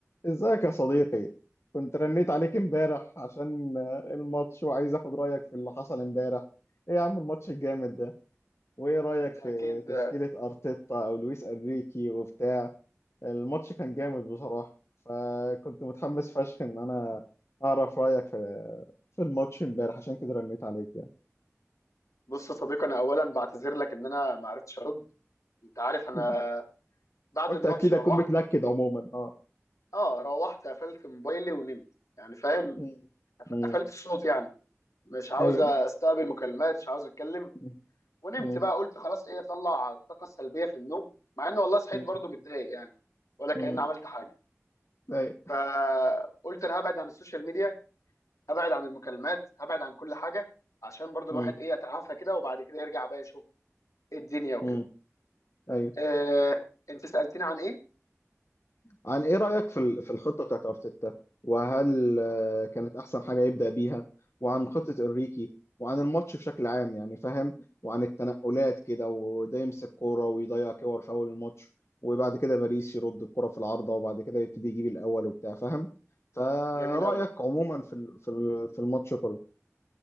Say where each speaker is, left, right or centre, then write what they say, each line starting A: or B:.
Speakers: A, on the left (about 55°); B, on the left (about 85°).
A: ازيك يا صديقي كنت رنيت عليك امبارح عشان آه، الماتش وعايز اخد رايك في اللي حصل امبارح ايه يا عم الماتش الجامد ده وايه رايك
B: انت
A: في
B: اكيد
A: تشكيلة ارتيتا او لويس انريكي وبتاع الماتش كان جامد بصراحة فكنت متحمس فشخ ان انا اعرف رايك في في الماتش امبارح عشان كده رنيت عليك يعني
B: بص يا صديقي انا اولا بعتذر لك ان انا ما عرفتش ارد انت عارف انا
A: مم.
B: بعد
A: قلت
B: الماتش
A: اكيد
B: روحت
A: اكون متلكد عموما اه
B: اه روحت قفلت موبايلي ونمت يعني فاهم
A: مم.
B: قف-
A: مم.
B: قفلت الصوت يعني مش عاوز
A: ايوه
B: استقبل مكالمات مش عاوز اتكلم
A: مم.
B: ونمت
A: مم.
B: بقى قلت خلاص ايه اطلع الطاقه السلبيه في النوم مع اني والله صحيت
A: مم.
B: برضو متضايق يعني ولا كأني
A: مم.
B: عملت حاجه
A: ايوه
B: فقلت انا هبعد عن السوشيال ميديا هبعد عن المكالمات هبعد عن كل حاجه عشان برضو
A: مم.
B: الواحد ايه يتعافى كده وبعد كده يرجع بقى يشوف إيه الدنيا وكده
A: مم. ايوه
B: آه، انت سألتني عن ايه؟
A: عن ايه رأيك في ال- في الخطة بتاعت ارتيتا وهل آه، كانت احسن حاجة يبدأ بيها وعن خطة انريكي وعن الماتش بشكل عام يعني فاهم وعن التنقلات كده وده يمسك كورة ويضيع كور في اول الماتش وبعد كده باريس يرد الكرة في العارضة وبعد كده يبتدي يجيب الاول وبتاع فاهم فرأيك
B: جميل قوي
A: عموما في ال- في ال- في الماتش كله